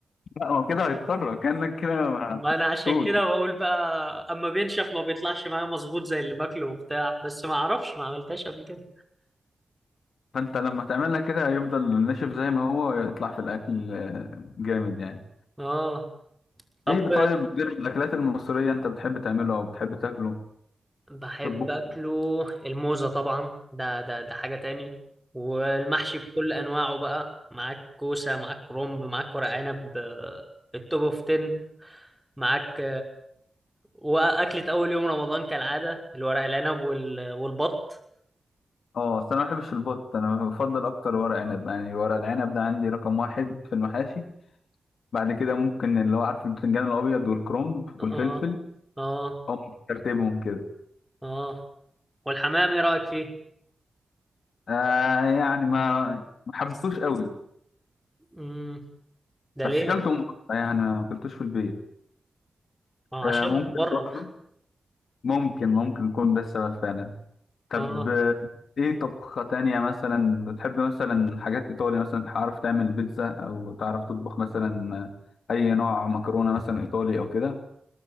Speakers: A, on the left (about 80°); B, in the centre.
A: لا هو كده هيضطر كأنك كده ما
B: ما
A: ما
B: انا
A: سبتوش
B: عشان كده بقول بقى اما بينشف ما بيطلعش معايا مظبوط زي اللي باكله وبتاع بس ما اعرفش ما عملتهاش قبل كده
A: فأنت لما تعملها كده هيفضل ناشف زي ما هو يطلع في الأكل آه، جامد يعني
B: اه طب
A: إيه طيب غير الأكلات المصرية أنت بتحب تعمله أو بتحب تاكله
B: بحب
A: تطبخه
B: اكله الموزه طبعا ده ده ده حاجه تاني والمحشي بكل انواعه بقى معاك كوسه معاك كرنب معاك ورق عنب آه، التوب اوف 10 معاك واكلة اول يوم رمضان كالعادة الورق العنب وال... والبط
A: اه بس انا ما بحبش البط انا بفضل اكتر ورق عنب يعني ورق العنب ده عندي رقم واحد في المحاشي بعد كده ممكن اللي هو عارف البتنجان الابيض والكرنب والفلفل
B: اه اه
A: هم ترتيبهم كده
B: اه والحمام ايه رأيك فيه
A: آه يعني ما ما حبستوش قوي
B: امم ده
A: بس
B: ليه
A: كلتهم بره، يعني ما كلتوش في البيت
B: ما هو عشان
A: آه ممكن
B: من بره
A: برضه ممكن ممكن يكون ده السبب فعلا طب
B: اه
A: آه، ايه طبخة تانية مثلا بتحب مثلا حاجات ايطالي مثلا تعرف تعمل بيتزا او تعرف تطبخ مثلا آه، اي نوع مكرونة مثلا ايطالي او كده